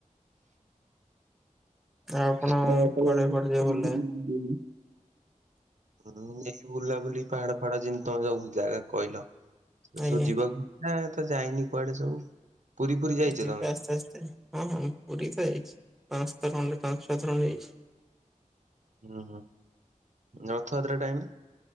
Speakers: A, in the centre; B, on the right (about 65°).
A: ଆଉ ଆପଣ
B: <unintelligible>
A: କୁଆଡେ କୁଆଡେ ଯିବାକୁ ଭଲ ଲାଗେ?
B: ହୁ ଏି ବୁଲାବୁଲି ପାହାଡ ଫାଡ ଯେମିତି ତମ ଯାଉ ଜାଗା କହିଲ? ସେ
A: ଆଜ୍ଞା
B: ସବୁ ଯିବାକୁ ଇଛ ତ ଯାଇନି କୁଆଡେ ସବୁ। ପୁରୀ ପୁରୀ ଯାଇଛ
A: ଯିବି
B: ତମେ?
A: ଆସ୍ତେ ଆସ୍ତେ ହଁ ହଁ ପୁରୀ ତ ଯଇଛି ପାଞ୍ଚ ଥରଣରେ ପାଞ୍ଚ ଛଅ ଥଣ୍ଡ ଯାଇଛି।
B: ହୁଁ ହୁଁ ରଥଯାତ୍ରା ଟାଇମରେ।